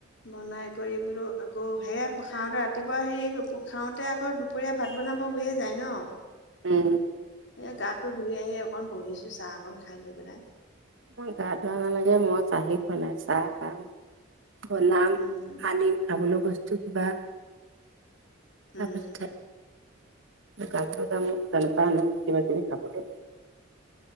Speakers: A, on the left; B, on the right.
A: বনাই কৰি বোলো আকৌ সেয়া খাওঁতে ৰাতিপুৱা হেৰি খাওঁতে আকৌ দুপৰীয়া ভাত বনাব হৈয়ে যায় ন
B: উম
A: এই গাটো ধুই আহি অকণ বহিছো চাহ অকণ খাই লৈ পেলাই
B: মই গা ধোৱা নালাগে মই চাহি খোৱা নাই চাহ খাম বনাম
A: উম
B: আনিম খাবলৈ বস্তু কিবা তাৰপ
A: উম
B: এঠ ক যাম গান পা আনো কিবা কিবি খাবলৈ